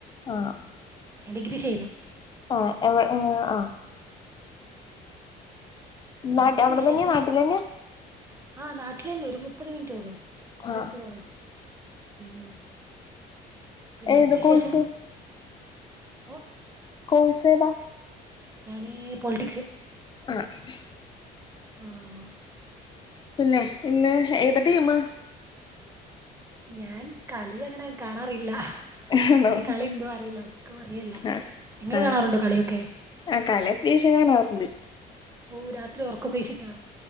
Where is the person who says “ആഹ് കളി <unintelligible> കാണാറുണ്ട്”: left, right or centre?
Left